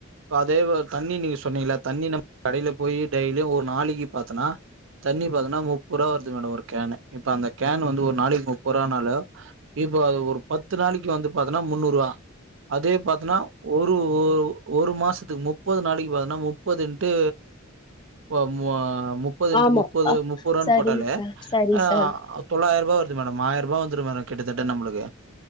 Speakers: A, on the right; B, on the left.
A: அதே தண்ணி நீங்க சொன்னீங்க தண்ணி நம்ம கடையில போய் டெய்லியும் ஒரு நாளிக்கு பாத்தோன்னா தண்ணி பாத்தன்னா முப்பது ரூபா வருது மேடம் ஒரு கேன் இப்ப அந்த கேன் வந்து ஒரு நாளைக்கு முப்பரூவானாலு இப்போ அது ஒரு பத்து நாளிக்கு வந்து பாத்தன்னா முன்னூறு ரூவா அதே பாத்தன்னா ஒரு ஒரு ஒரு மாசத்துக்கு முப்பது நாளைக்கு பாத்தன்னா முப்பது இன்டு வ மு முப் முப்பது இண்ட்உ
B: ஆமா
A: முப்பது
B: அ
A: முப்ப ரூவானு
B: சரிங்க
A: போட்டாலே
B: சார் சரி
A: அ
B: சார்
A: தொள்ளாயிரபா ரூபா வருது மேடம் ஆயிரபா வந்து மேடம் கிட்ட தட்ட நம்மளுக்கு